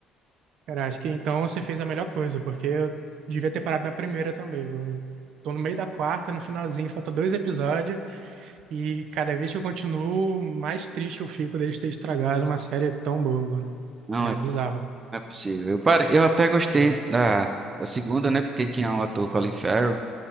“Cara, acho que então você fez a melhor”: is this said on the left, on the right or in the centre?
Right